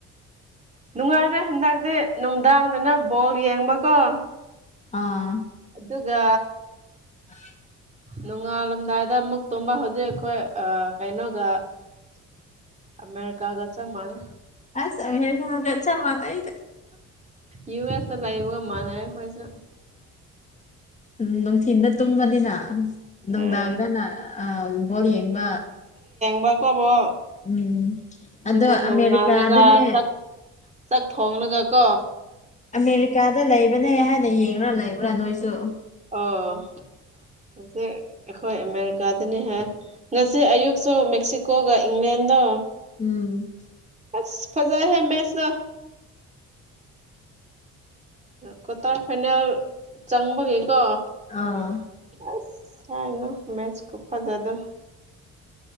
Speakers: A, on the right; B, on the left.
A: ꯅꯨꯡꯉꯥꯏꯔꯦ ꯍꯟꯗꯛꯇꯤ ꯅꯨꯡꯗꯥꯡꯗꯅ ꯕꯣꯜ ꯌꯦꯡꯕꯀꯣ
B: ꯑꯥ
A: ꯑꯗꯨꯒ
B: <inaudible>
A: ꯅꯣꯡꯉꯥꯜꯂꯝꯗꯥꯏꯗ ꯑꯃꯨꯛ ꯇꯨꯝꯕ ꯍꯧꯖꯤꯛ ꯑꯩꯈꯣꯏ ꯑꯥ ꯀꯩꯅꯣꯒ ꯑꯃꯦꯔꯤꯀꯥꯒ ꯆꯞ ꯃꯥꯟꯅꯩ
B: ꯑꯁ ꯆꯞ ꯃꯥꯟꯅꯩꯗ
A: ꯌꯨ ꯑꯦꯁꯇ ꯂꯥꯏꯕꯒ ꯃꯥꯅꯔꯦ ꯑꯈꯣꯏꯁꯨ
B: ꯎꯝ ꯅꯨꯡꯊꯤꯟꯗ ꯇꯨꯝꯕꯅꯤꯅ ꯅꯨꯡꯗꯥꯡꯗꯅ
A: ꯎꯝ
B: ꯕꯣꯜ ꯌꯦꯡꯕ
A: ꯕ ꯐꯣꯔ ꯕꯣꯜ
B: ꯎꯝ
A: ꯑꯗꯨꯒ
B: ꯑꯗꯣ
A: ꯅꯣꯡꯉꯥꯜꯂꯒ
B: ꯑꯃꯦꯔꯤꯀꯥꯗꯅꯦ
A: ꯆꯥꯛ ꯆꯥꯛ ꯊꯣꯡꯂꯒ ꯀꯣ
B: ꯑꯃꯦꯔꯤꯀꯥꯗ ꯂꯩꯕꯅꯦ ꯍꯥꯏꯅ ꯌꯦꯡꯔ ꯂꯩꯕ꯭ꯔ ꯅꯣꯏꯁꯨ
A: ꯑꯣ ꯍꯧꯖꯤꯛ ꯑꯩꯈꯣꯏ ꯑꯃꯦꯔꯤꯀꯥꯗꯅꯤ ꯍꯦ ꯉꯁꯤ ꯑꯌꯨꯛꯁꯨ ꯃꯦꯛꯁꯤꯀꯣꯒ ꯏꯪꯂꯦꯟꯗ
B: ꯎꯝ
A: ꯑꯁ ꯐꯖꯥꯍꯦ ꯃꯦꯠꯁꯇꯣ ꯀ꯭ꯋꯥꯇꯔ ꯐꯥꯏꯅꯦꯜ ꯆꯪꯕꯒꯤ ꯀꯣ
B: ꯑꯥ
A: ꯑꯁ ꯍꯥꯏꯒꯅꯨ ꯃꯦꯠꯁ ꯈꯨꯐꯥꯖꯗꯣ